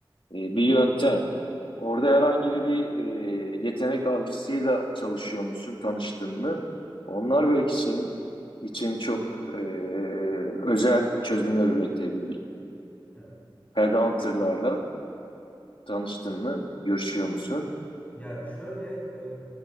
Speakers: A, on the left; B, on the left.
A: e, bir yöntem. Orada herhangi bir e, yetenek avcısıyla çalışıyor musun, tanıştın mı? Onlar belki senin için çok e, özel çözümler üretebilir.
B: Evet.
A: Headhunter'larla tanıştın mı, görüşüyor musun?
B: Yani şöyle e,